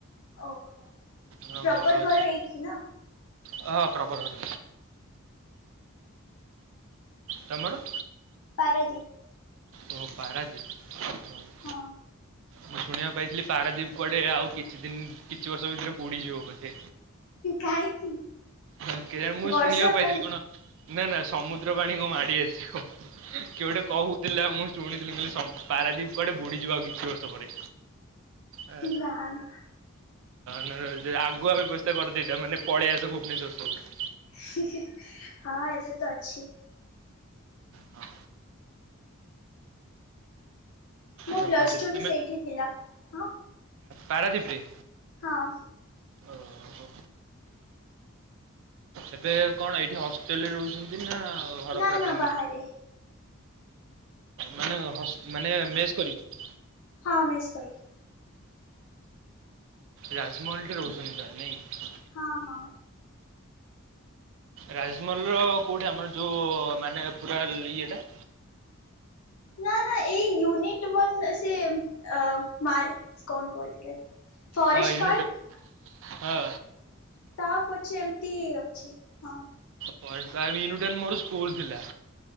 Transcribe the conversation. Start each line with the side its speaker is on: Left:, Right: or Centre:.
Left: ଓହୋ
Right: ହଁ
Left: ପ୍ରପର
Right: ଘର ଅଛି।
Left: ଏଇଠି ନା
Right: ହଁ ହ ପ୍ରପର ଘର ତମର?
Left: ପାରାଦୀପ
Right: ଓ ପାରାଦ୍ୱୀପ।
Left: ହଁ।
Right: ମୁଁ ଶୁଣିବାକୁ ପାଇଥିଲି ପାରାଦୀପ କୁଆଡେ ଆଉ କିଛି ଦିନ କିଛି ବର୍ଷ ଭିତରେ ବୁଡିଯିବ ବୋଲି।
Left: କାହିଁକି?
Right: କେନ୍ କେ ମୁଁ
Left: ବର୍ଷା
Right: ଶୁଣିବାକୁ ପାଇଥିଲି
Left: ପାଇଁ
Right: କଣ ନା ନା ସମୁଦ୍ର ପାଣି କଣ ମାଡି ଆସିବ କିଏ ଗୋଟେ କହୁ ଥିଲା ମୁଁ ଶୁଣିଥିଲି ମୁଁ କହିଲି ସ ପାରାଦୀପ କୁଆଡେ ବୁଡିଯିବ ଆଉ କିଛି ବର୍ଷ ପରେ। ଆ
Left: ନା ନା।
Right: ହଁ ଆଗୁଆ ବ୍ୟବସ୍ଥା କରିଦେଇଥା ନହେନେ ପଳେଇଆସ ଭୁବନେଶ୍ୱରକୁ।
Left: ହିଁ ହିଁ ହଁ ଏବେ ତ ଅଛି।
Right: ହ
Left: ମୋ
Right: ଜମା
Left: ପ୍ଲସ୍
Right: ଯିବି
Left: ଟୁ ବି
Right: ତୁମେ
Left: ସେଇଠି ଥିଲା ହଁ
Right: ପାରାଦୀପରେ?
Left: ହଁ।
Right: ଓ ହୋ ଏବେ କଣ ଏଇଠି ହଷ୍ଟେଲରେ ରହୁଛନ୍ତି ନା ଘର
Left: ନା
Right: ପୁରା
Left: ନା
Right: ଫ୍ୟାମିଲି?
Left: ବାହାରେ।
Right: ମାନେ ହସ ମାନେ ମେସ କରିକି?
Left: ହଁ ମେସ କରିକି।
Right: ରାଜମହଲ ଠେ ରହୁଛନ୍ତି ତାହାଲେ ନାଇଁ?
Left: ହଁ ହଁ।
Right: ରାଜମହଲ ର କୋଉଠି ଆମର ଯୋଉ ମାନେ ପୁରା ଇଏଟା
Left: ନା ନା ଏଇ ୟୁନିଟ ୱାନ୍ ସେ ଏ ମା କଣ କହିଥିଲେ। ଫରେଷ୍ଟ
Right: ହଁ ୟୁନିଟ
Left: ପାର୍କ
Right: ହଁ
Left: ତା ପଛେ ଏମିତି ଅଛି ହଁ।
Right: ପ୍ରାୟ ୟୁନିଟ ୱାନ ମୋର ସ୍କୁଲ ଥିଲା।